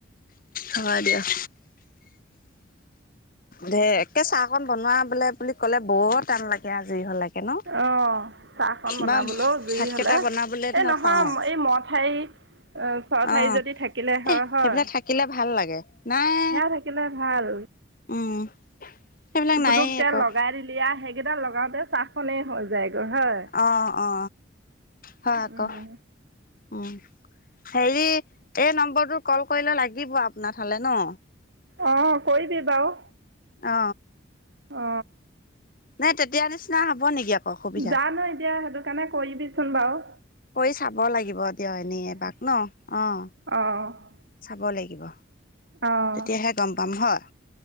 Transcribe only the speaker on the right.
অ, চাহখন বনাবলৈও,
জুই
হ'লে,
এই
নহয়
এই ময়া ঠাই। ছ, ঠাৰি
যদি থাকিলে হৈ,
হয়।
সেয়া থাকিলে, ভাল।
পুটুকে
লগাই দিলি আৰু, সেইগিদাল লগাওঁতে চাহখনে হৈ যায়গৈ হয়।
উম,
অ, কৰিবি বাওঁ।
অ,
জানো, এতিয়া সেইটো কাৰণে কৰি দিবিচোন বাৰু।
অ', অ'।
অহ'।